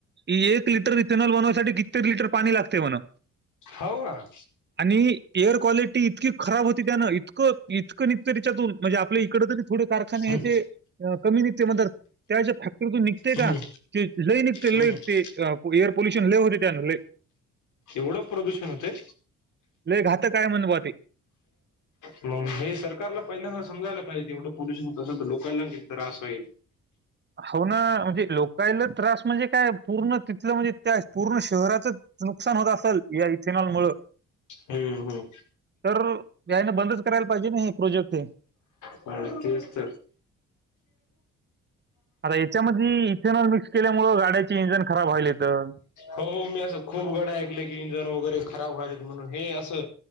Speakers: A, on the right; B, on the left.
A: एक लिटर इथनॉल बनववायसाठी कित्ये लिटर पाणी लागते म्हणा.
B: हो का.
A: आणि एअर क्वालिटी इतकी खराब होती त्यानं इतकं इतकं नतरीिच्यातून म्हणजे आपल्या इकड तरी. थोडे कारखाने
B: हम्म
A: हे ते कमी निघते मणात त्याच्या फॅक्टरीतून निघ. ते
B: हम्म
A: का ते लई निघत ल
B: हम्म
A: ते एअर पोल्युशन लव होते त्या ल.
B: एवढं प्रदूषण होतंय
A: लय घात काय म्हण ब ते.
B: मणून हे सरकारला पहिल्या समजायला पाहिजे एवढं पोल्यशन तसं तर लोकांला किती त्रास होईल.
A: हो ना म्हणजे लोकाला त्रास म्हणजे काय पूर्ण तिथलं म्हणजे त्या पूर्ण शहराचं. नुकसान होत असेल या इथेनॉल मुळं.
B: हम्म हम्.
A: तर यायनं बंदच करायला पाहिजे ना हे प्रोजेक्ट हे.
B: पळत्यवस्त.
A: आता याच्यामध्ये इथेनॉल मिक्स केल्यामुळं गाड्याचे इंजन खराब व्हायल येतं.
B: हो हो मी असं खूप गड्या ऐकले की इंजन वगैरे खराब व्हायत म्हणून हे असं.